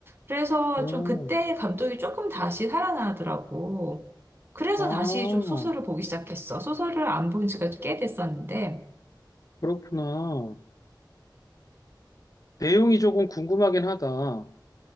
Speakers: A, on the right (about 30°); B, on the left (about 45°).
A: 그래서
B: 음.
A: 좀 그때 감독이 조금 다시 살아나더라고. 그래서
B: 아,
A: 다시 좀 소설을 보기 시작했어. 소설을 안 본 지가 꽤 됐었는데,
B: 그렇구나. 내용이 조금 궁금하긴 하다.